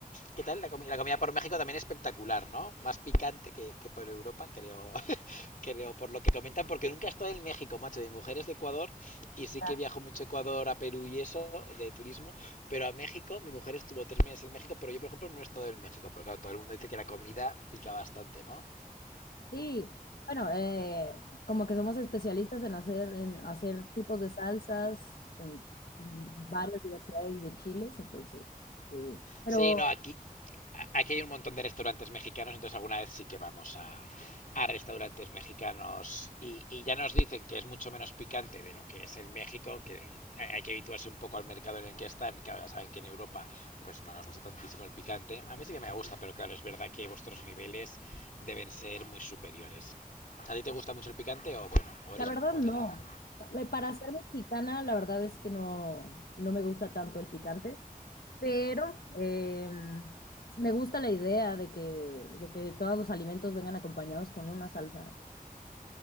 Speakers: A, on the left; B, on the left.
A: ¿Qué tal? La, comi- la comida por México también espectacular, ¿no? Más picante que, que por Europa, creo, <laughs> creo, por lo que comentan, porque nunca he estado en México, macho. Mi mujer es de Ecuador y sí
B: ya.
A: que viajo mucho a Ecuador, a Perú y eso, de turismo, pero a México, mi mujer estuvo tres meses en México, pero yo, por ejemplo, no he estado en México, pero claro, todo el mundo dice que la comida pica bastante, ¿no?
B: Sí, bueno, eh, como que somos especialistas en hacer, en hacer tipos de salsas con varias diversidades de chiles, entonces, sí. Pero
A: Sí, no, aquí, aquí hay un montón de restaurantes mexicanos, entonces alguna vez sí que vamos a, a restaurantes mexicanos y, y ya nos dicen que es mucho menos picante de lo que es en México, que hay que habituarse un poco al mercado en el que están, y claro, ya saben que en Europa pues no nos gusta tantísimo el picante. A mí sí que me gusta, pero claro, es verdad que vuestros niveles deben ser muy superiores. ¿A ti te gusta mucho el picante o bueno, o
B: La
A: eres
B: verdad,
A: moderada?
B: no. Pa- Para ser mexicana, la verdad es que no, no me gusta tanto el picante, pero eh, me gusta la idea de que, de que todos los alimentos vengan acompañados con una salsa.